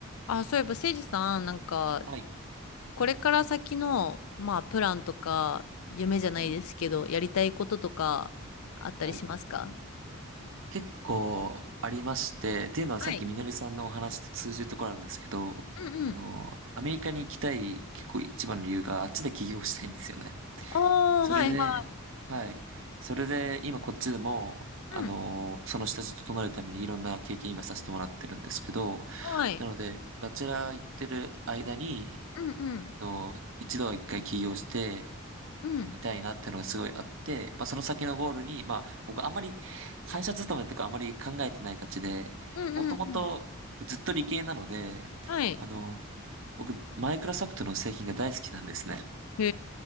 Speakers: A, on the left; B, on the right.
A: あ、そういえば、誠司さん、なんか、
B: はい、
A: これから先の、まあ、プランとか、夢じゃないですけど、
B: はい、
A: やりたいこととか、あったりしますか
B: はい。結構ありまして、っていうのはさっきみのりさんのお話と通じるところあるんですけど、
A: はい。うんうん。
B: あの、アメリカに行きたい結構一番の理由があっちで起業したいんですよね。
A: ああー、
B: それで、
A: はい。はい。
B: はい。それで今こっちでも、
A: うん。
B: あの、その下地整えるためにいろんな経験今させてもらってるんですけど、
A: はい。
B: なので、バチェラー行ってる間に、
A: うんうん。
B: えっと、一度は一回起業して、
A: うん。
B: みたいなっていうのがすごいあって、まあ、その先のゴールに、まあ、僕あんまり会社勤めとかあんまり考えてないたちで、
A: うんうんうん。
B: もともとずっと理系なので、
A: はい。
B: あの、僕、マイクロソフトの製品が大好きなんですね。
A: へ